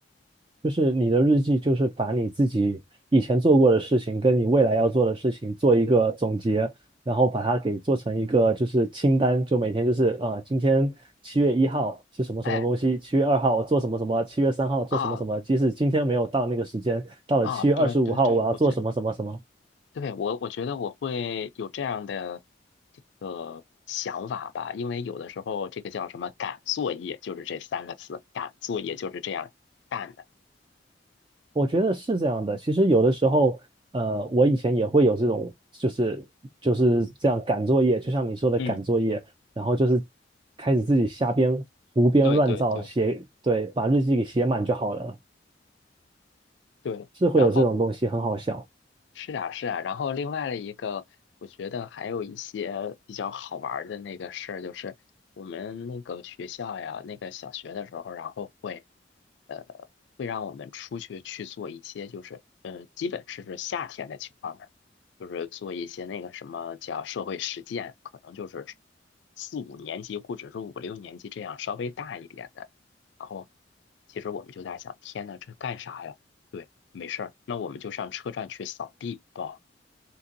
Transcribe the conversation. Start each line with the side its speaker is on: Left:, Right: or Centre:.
Right: 就是你的日记，就是把你自己以前做过的事情，跟你未来要做的事情做一个总结，然后把它给做成一个就是清单，就每天就是啊、呃今天七月一号是什么什么东西，
Left: 哎
Right: 七月二号我做什么什么，七月三号做什么什么。
Left: 啊
Right: 即使今天没有到那个时间，到了七月二十五号我要做什么什么什么，
Left: 啊，对对对，我觉得。对，我我觉得我会有这样的这个想法吧，因为有的时候这个叫什么赶作业，就是这三个字，赶作业就是这样干的。
Right: 我觉得是这样的。其实有的时候，呃，我以前也会有这种，就是就是这样赶作业，就像你说的赶作业，
Left: 嗯，
Right: 然后就是开始自己瞎编、胡编乱造写，
Left: 对对对
Right: 对，把日记给写满就好了，
Left: 对。
Right: 是会有这种东西，
Left: 然后
Right: 很好笑。
Left: 是啊，是啊，然后另外的一个，我觉得还有一些比较好玩儿的那个事儿，就是我们那个学校呀，那个小学的时候，然后会，呃，会让我们出去去做一些，就是，呃，基本是是夏天的情况下，就是做一些那个什么叫社会实践，可能就是四五年级或者是五六年级这样稍微大一点的，然后其实我们就在想，天呐，这干啥呀？对。没事儿，那我们就上车站去扫地吧。